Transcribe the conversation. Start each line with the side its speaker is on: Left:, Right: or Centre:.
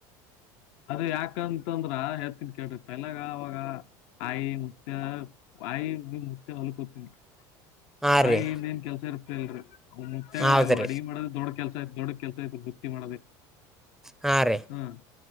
Left: ಅದ ಯಾಕಂತಂದ್ರ ಹೇಳ್ತೀನಿ ಕೇಳ್ರಿ ತಲೆಯಾಗ ಅವಾಗ ಆಯಿ ಮುತ್ತ್ಯ ಬಾಯಿ ಮೊತ್ತ ಹೊಲ್ಕೂತೀನಿ <inaudible>
Centre: ಹಾ
Left: ಆಯ್
Centre: ರೀ
Left: ಇನ್ ಎನ್ ಕೆಲ್ಸ ಇರ್ತಲ್ರಿ ಅವ್ ಮುತ್ಯಗ
Centre: ಹೌದ್ರಿ
Left: ಅಡಗೆ ಮಾಡೋದ್ ದೊಡ್ ಕೆಲ್ಸ ಐತಿ ದೊಡ್ಡ ಕೆಲಸ ಇದ ಬುತ್ತಿ ಮಾಡೋದೆ
Centre: ಹಾ ರೀ
Left: ಹ್ಮ್